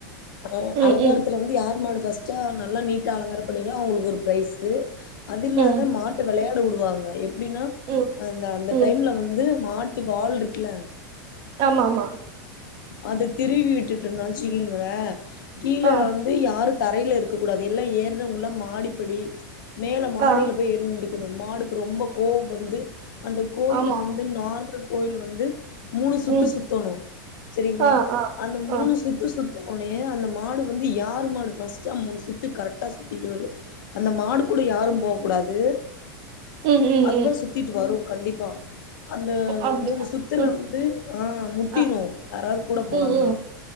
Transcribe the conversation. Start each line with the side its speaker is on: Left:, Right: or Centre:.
Left: வரும்
Right: ம் ம்
Left: அலங்காரத்துல வந்து யார்ரு மாடு ஃபஸ்டா நல்லா நீட்டா அலங்காரம் பண்ணிகோ அவுங்களுக்கு ஒரு பிரைஸ்ஸு அது இல்லாத
Right: ம்
Left: மா விளையாட வுடுவாங்க எப் அப்டின்னா
Right: ம்
Left: அந்த அந்த
Right: ம்
Left: டைம்ல வந்து மாட்டு வால் இருக்குல
Right: ஆமா ஆமா
Left: அத திருவி விட்டுட்டு நச்சக்கீங்களே கீழ
Right: ஆ
Left: வந்து யாருக் தரையில இருக்கக்க கூடாது எல்லாம ஏறுறவங்கல்லா மாடிப்படி ச்சு மேல மாடியில
Right: ஆ
Left: போய் ஏறிநிண்டு அந்த மாடு ரொம்ப கோவம் வந்து அந்த கோயில
Right: ஆமா
Left: வந்து
Right: ஆமா
Left: நார்மல் கோயில் வந்து மூணு சுத்து
Right: ம்
Left: சுத்தணும் செரிங்களா
Right: ஆ ஆ
Left: அந்த மூணு
Right: ஆ
Left: சுத்து சு சுத்த உனே அந்த மாடு வந்து யாரு மாடு ஃபஸ்ட் மூணு சுத்து கரெக்டா சுத்திட்டு வருதோ அந்த மாடு கூட யாரும் போ கூடாது
Right: ம் ம் ம்
Left: அதுவ
Right: ம்
Left: சுத்திட்டு வரும் கண்டிப்பா அந்த
Right: அப்டியா
Left: மூணு சுத்துல
Right: ம்
Left: வந்து ஆஹ் மு முட்டிரும்
Right: ஆ
Left: யாராவது கூட போனாங்னா
Right: ம் ம்